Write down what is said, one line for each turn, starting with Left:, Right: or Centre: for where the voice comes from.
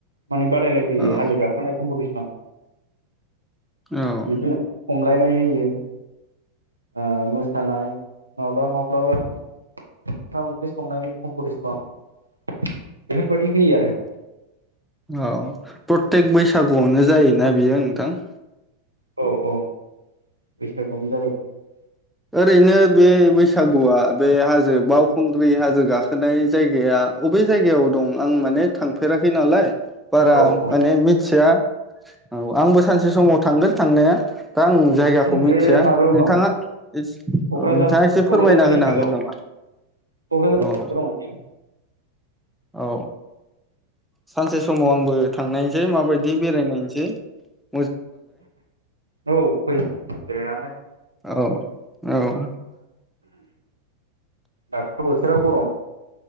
Right: माने बादायलायफैयो
Centre: औ
Right: हाजो गाखोनाय कमपटिसन
Centre: औ
Right: बिदिनो खमलायनाय होयो ओ मोसानाय माब्लाबा माब्लाबा ओंखाम ओंख्रि संनायनि कम्पिटिसन बेफोरबायदि होयो आरो
Centre: औ प्रतेक बैसागुआवनो जायोना बियो नोंथां?
Right: औ औ बैसागुआनो जाबाय थायो
Centre: ओरैनो बे बैसागुआ बे हाजो बाव खुंग्रि हाजो गाखोनाय जायगाया अबे जायगायाव दं आं माने थांफेराखै नालाय बारा
Right: औ
Centre: माने
Right: औ
Centre: मिथिया औ आंबो सानसे समाव थांगोन थांनाया दा आं जायगाखौनो
Right: बे
Centre: मिथिया
Right: माबायाव
Centre: नोंथाङा
Right: दं
Centre: नोंथाङा
Right: क'क्राझार
Centre: एसे
Right: क'क्राझार
Centre: फोरमायना
Right: डिस्ट्रिक्टआव
Centre: होनो हागोन
Right: क'क्राझार
Centre: नामा
Right: डिस्ट्रिक्टआव दं
Centre: औ
Right: बेयो
Centre: औ सानसे समाव आंबो थांनायसै माबायदि बेरायनायनोसै सै
Right: औ फै बेरायनानै नाय
Centre: औ औ
Right: दाथ' बोथोरा गरम